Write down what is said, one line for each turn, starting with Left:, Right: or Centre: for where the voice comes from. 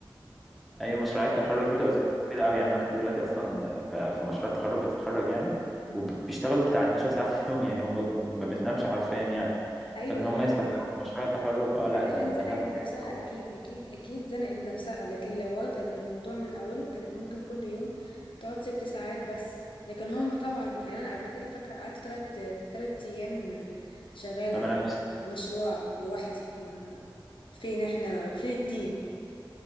Centre: ايوه مشروعات التخرج دي بتبقى كتير قوي يعني انا اختي دلوقتي اصلا ف- في مشروع التخرج بتتخرج يعني
Left: مم.
Centre: وبيشتغلوا بتاع 12 ساعه في اليوم يعني هم ما بتنامش حرفيا يعني
Left: ايوه
Centre: فان هم
Left: ايوه
Centre: يستخدموا في مشروع التخرج اه لا
Left: علشان
Centre: ده ده
Left: زنقت
Centre: هبل
Left: نفسها
Centre: يعني خالص
Left: اكيد اكيد اكيد زنقت نفسها لكن لو واخده الموضوع من اوله كانت ممكن كل يوم تقعد ست ساعات بس لكن هم طبعا يعني انا قبل كده فاكره قعدت تلات تلات ايام شغاله
Centre: ما
Left: على
Centre: بنامش <laughs>
Left: مشروع لوحدي ما فين احنا فين التيم